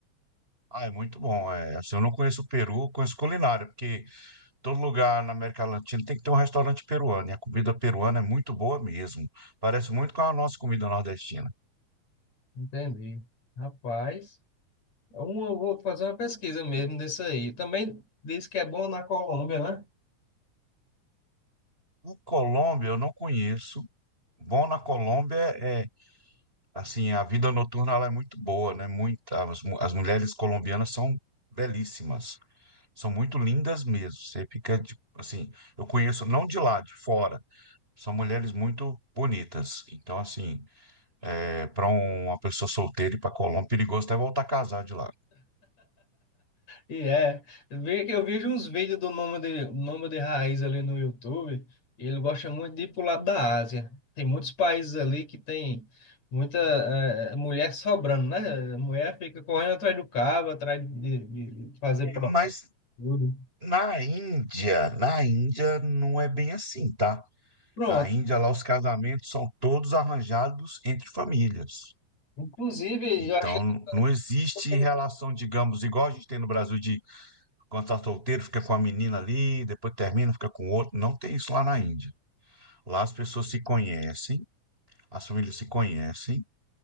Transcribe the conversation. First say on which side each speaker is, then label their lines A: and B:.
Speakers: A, on the right; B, on the left.
A: ah, é muito bom. É, assim, eu não conheço o Peru, eu conheço culinária, porque Todo lugar na América Latina tem que ter um restaurante peruano, e a comida peruana é muito boa mesmo. Parece muito com a nossa comida nordestina.
B: Entendi. Rapaz, é um- eu vou fazer uma pesquisa mesmo desse aí. Também diz que é bom na Colômbia, né?
A: O Colômbia eu não conheço. Bom na Colômbia é, é, assim, a vida noturna ela é muito boa, né? Muita, as, mu- as mulheres colombianas são belíssimas, são muito lindas mesmo. Você fica, de- assim, eu conheço não de lá, de fora. São mulheres muito bonitas. Então, assim, é, para uma pessoa solteira ir para Colômbia, é perigoso até voltar a casar de lá.
B: E é. Vê que eu vejo uns vídeos do nome de, nome de raiz ali no YouTube, e ele gosta muito de ir pro lado da Ásia. Tem muitos países ali que tem muita eh, mulher sobrando, né? A mulher fica correndo atrás do cabo, atrás de, de fazer
A: É,
B: programa,
A: Mas
B: tudo.
A: Na Índia, na Índia não é bem assim, tá?
B: Pronto.
A: A Índia lá os casamentos são todos arranjados entre famílias.
B: Inclusive,
A: Então
B: eu achei que você
A: não existe
B: estava
A: relação, digamos, igual a gente tem no Brasil de quando tá solteiro fica com a menina ali, depois termina, fica com outro. Não tem isso lá na Índia. Lá as pessoas se conhecem, as famílias se conhecem